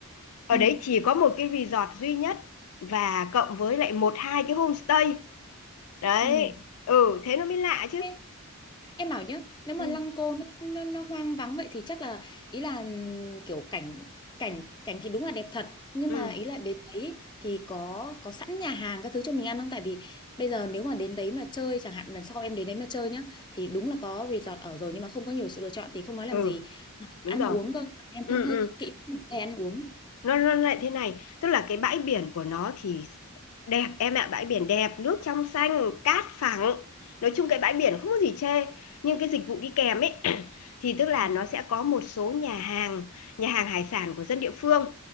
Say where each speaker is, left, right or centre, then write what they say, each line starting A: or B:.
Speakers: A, on the left; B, on the left.
A: Ở
B: ừ.
A: đấy chỉ có một cái resort duy nhất và cộng với lại một hai cái homestay. Đấy.
B: ừ.
A: Ừ, thế nó mới lạ chứ.
B: Thế Em bảo nhá, nếu mà
A: ừ
B: Lăng Cô nó, nó, nó hoang vắng vậy thì chắc là ý là ừm, kiểu cảnh cảnh cảnh thì đúng là đẹp thật nhưng
A: ừ
B: mà ý là đến đấy thì có có sẵn nhà hàng các thứ cho mình ăn không? Tại vì bây giờ nếu mà đến đấy mà chơi chẳng hạn lần sau em đến đấy mà chơi nhá thì đúng là có resort ở rồi nhưng mà không có nhiều sự lựa chọn thì không nói làm
A: Ừ,
B: gì
A: đúng
B: ăn
A: rồi.
B: uống cơ em
A: ừ
B: cũng hơi
A: ừ
B: kỹ về ăn uống
A: nó nó lại thế này tức là cái bãi biển của nó thì đẹp em ạ bãi biển đẹp nước trong xanh cát phẳng nói chung cái bãi biển không có gì chê nhưng cái dịch vụ đi kèm ấy <clears throat> thì tức là
B: Ừ.
A: nó sẽ có một số nhà hàng nhà hàng hải sản của dân địa phương